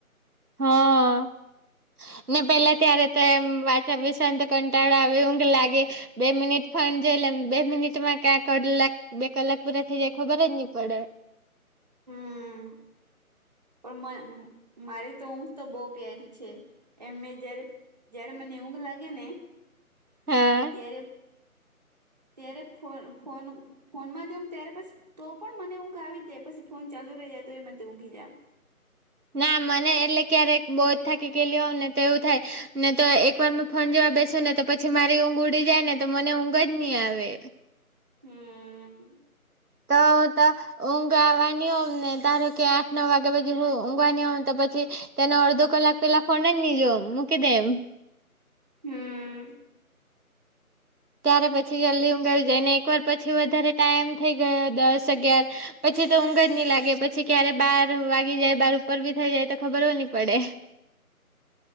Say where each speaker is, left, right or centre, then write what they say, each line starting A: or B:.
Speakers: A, on the right (about 80°); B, on the right (about 25°).
A: હા, પેલા ત્યારે તો એમ વાચા વિશે કંટાળો આવે ઊંઘ લાગે, બે મિનિટ પણ જઈ બે મિનિટમાં ક્યાં કર બે કલાક પેરા થઈ જાય ખબર જ નહી પડે.
B: હમ
A: <inaudible>
B: પણ મારી તો ઊંઘ તો બહુ પ્યારી છે, એમ મે જયારે જયારે મને ઊંઘ લાગે ને
A: હા
B: ત્યારે ત્યારે ફોન ફોન ફોન માં જોમ ત્યારે પછી તો પણ મને ઊંઘા આવી જાય પછી ફોન ચાલુ રહી જાય તો એ મને ઊઘી જ જામ.
A: ના મને એટલે ક્યારેક બોધ થાકી ગલી હો ને તો એવું થાય. ને તો એક વાર મેં ફણ જવા બેસુ ને તો પછી મારી ઊંઘ ઉડી જાય ને તો મને ઊંઘ જ નહી આવે.
B: હમ.
A: તો હું તો ઊંઘ આવવાની હોમ ને તારો કે આઠ નવ વાગે. પછી હું ઘવાની હો તો પછી, તેને અડધો કલાક પેલા ફોન ની જો મૂકી દે એમ.
B: હમ.
A: ત્યારે પછી જલ્દી ઊંઘ જાયને એકવાર પછી વધારે ટાઈમ થઈ ગયો દસ અગયાર. પછી તો ઊઘ જ નહી લાગે પછી ક્યારે બહાર વાગી જાય બહાર ઉપર બી થઈ જાય તો ખબર નહી પડે.